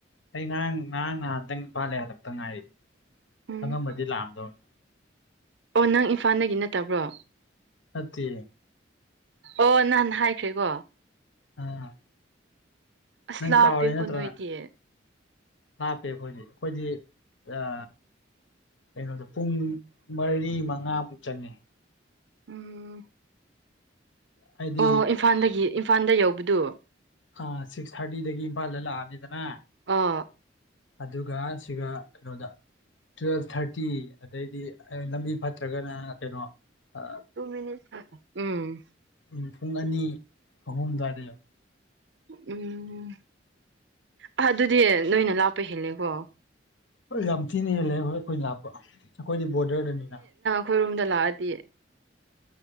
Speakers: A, on the left; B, on the right.
A: ꯑꯩ ꯉꯔꯥꯡ ꯉꯔꯥꯡ ꯅꯍꯥꯟꯇꯪ ꯏꯐꯥꯜꯗꯩ ꯍꯜꯂꯛꯇ ꯉꯥꯏꯔꯤ
B: ꯎꯝ
A: ꯈꯪꯉꯝꯃꯗꯤ ꯂꯥꯛꯑꯝꯗꯧꯅꯤ
B: ꯑꯣ ꯅꯪ ꯏꯝꯐꯥꯟꯗꯒꯤ ꯅꯠꯇꯕ꯭ꯔꯣ
A: ꯅꯠꯇꯦ
B: ꯑꯣ ꯅꯍꯥꯟ ꯍꯥꯏꯈ꯭ꯔꯦꯀꯣ
A: ꯑꯥ
B: ꯑꯁ
A: ꯅꯪ
B: ꯂꯥꯞꯄꯦꯀꯣ
A: ꯀꯥꯎꯔꯦ ꯅꯠꯇ꯭ꯔ
B: ꯅꯣꯏꯗꯤ
A: ꯅꯪ ꯂꯥꯞꯄꯦ ꯑꯩꯈꯣꯏꯗꯤ ꯑꯩꯈꯣꯏꯗꯤ ꯑ ꯀꯩꯅꯣꯗꯣ ꯄꯨꯡ ꯃꯔꯤ ꯃꯉꯥꯃꯨꯛ ꯆꯪꯉꯦ
B: ꯎꯝ
A: ꯍꯥꯏꯗꯤ
B: ꯑꯣ ꯏꯝꯐꯥꯟꯗꯒꯤ ꯏꯝꯐꯥꯟꯗ ꯌꯧꯕꯗꯨ
A: ꯑ ꯁꯤꯛꯁ ꯊꯥꯔꯇꯤꯗꯒꯤ ꯏꯝꯐꯥꯜꯗ ꯂꯥꯛꯑꯅꯤꯗꯅ
B: ꯑꯥ
A: ꯑꯗꯨꯒ ꯁꯤꯒ ꯀꯩꯅꯣꯗ ꯇꯨꯋꯦꯜꯐ ꯊꯥꯔꯇꯤ ꯑꯗꯩꯗꯤ ꯂꯝꯕꯤ ꯐꯠꯇ꯭ꯔꯒꯅ ꯀꯩꯅꯣ ꯑ
B: ꯀꯣꯃꯤꯅꯤꯁꯥ ꯎꯝ
A: ꯎꯝ ꯄꯨꯡ ꯑꯅꯤ ꯑꯍꯨꯝ ꯗꯥꯏꯗ ꯌꯧ
B: ꯎꯝ ꯑ ꯑꯗꯨꯗꯤ ꯅꯣꯏꯅ ꯂꯥꯞꯄ ꯍꯦꯜꯂꯦꯀꯣ
A: ꯍꯣꯏ ꯌꯥꯝ ꯊꯤꯅ ꯍꯦꯜꯂꯦ ꯑꯩꯈꯣꯢ ꯈꯣꯏꯅ ꯂꯥꯞꯄ ꯑꯩꯈꯣꯏꯗꯤ ꯕꯣꯗꯔꯗꯅꯤꯅ
B: ꯈꯣꯏꯔꯣꯝꯗ ꯂꯥꯛꯑꯗꯤ